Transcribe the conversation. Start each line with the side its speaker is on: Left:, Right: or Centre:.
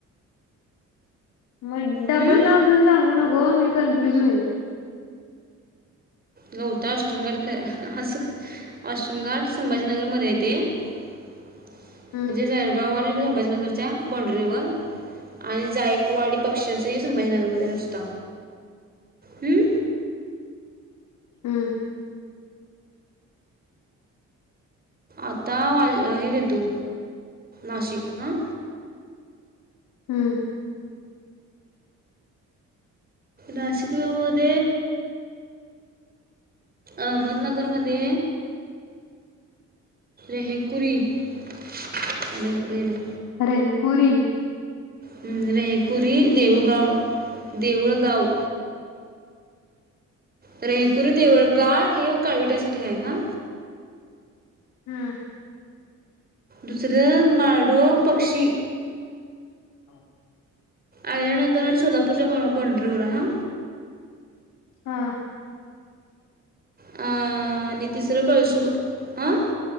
Left: म डबल
Right: हम्म?
Left: लागून सांगू नको मी कन्फ्युज होईन.
Right: गवताळ अष्टमघाट क अस अष्टमघाट संभाजीनगर मध्ये आहे ते म्हणजे
Left: हम्म
Right: जळगाव आणि <unintelligible> संभाजीनगरच्या बॉंड्रीवर आणि जायकवाडी पक्ष्यांचे संभाजीनगरमध्ये रस्ता हम्म
Left: हम्म
Right: आता वा अ हे घे तु नाशिक हा
Left: हम्म
Right: नाशिक <inaudible> अहमदनगर मधे ए हे कुरी थांब ए कुठं गेलं
Left: रेहकुरी
Right: हम् रेहकुरी देऊगाव देऊळगाव रेहकुर देवळगाळ हे एक काळवटासाठी हाय. हा
Left: हम्म
Right: दुस त्र माढोळ पक्षी
Left: हा
Right: अहिल्यानगर आणि सोलापूरच्या बॉ बॉंड्रीवर हा
Left: हा
Right: आ आणि तिसरं कळसुबा हा